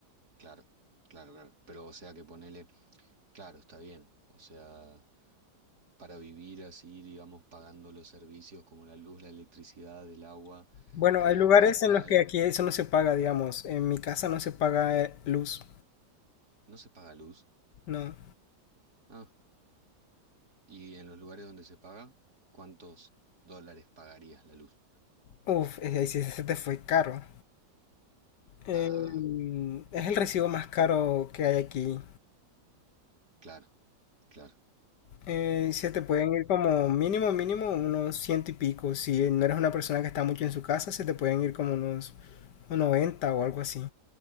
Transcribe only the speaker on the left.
Bueno,
hay lugares
en los que aquí eso no se paga, digamos. En mi casa no se paga eh, luz,
no.
Uf, eh, ahí sí se te fue caro. Eh,
es el recibo más caro que hay aquí.
Eh, se te pueden ir como mínimo, mínimo unos ciento y pico. Si no eres una persona que está mucho en su casa, se te pueden ir como unos 90 o algo así.